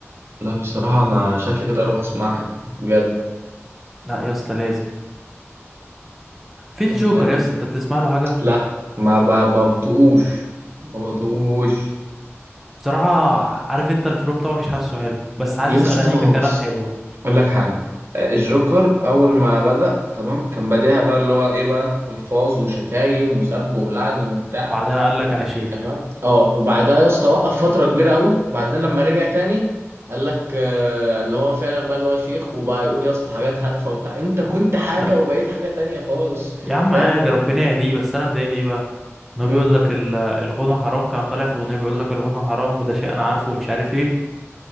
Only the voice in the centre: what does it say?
لا يا اسطى لازم في الجوكر
يا اسطى
انت بتسمع له حاجه
بصراحه عارف انت الفلو بتاعه مش حاسه حلو بس حاسس
اغانيه ككلام
حلوه
بعدها قال لك انا شيخ
لا
يا عم
عادي ربنا يهديه بس انا مضايقني ايه بقى ان هو
بيقول لك ال- الغنى حرام كان طالع في اغنيه بيقول لك الغنى حرام وده شيء انا عارفه ومش عارف ايه